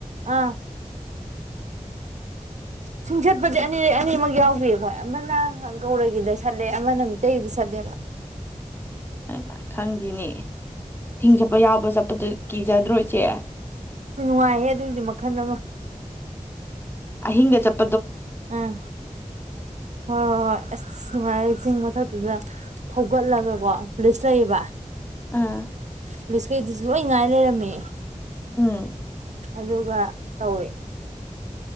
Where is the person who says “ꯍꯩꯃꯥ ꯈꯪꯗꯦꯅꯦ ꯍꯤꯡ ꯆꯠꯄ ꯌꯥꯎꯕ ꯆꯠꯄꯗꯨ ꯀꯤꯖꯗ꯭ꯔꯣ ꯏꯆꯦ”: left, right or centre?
Left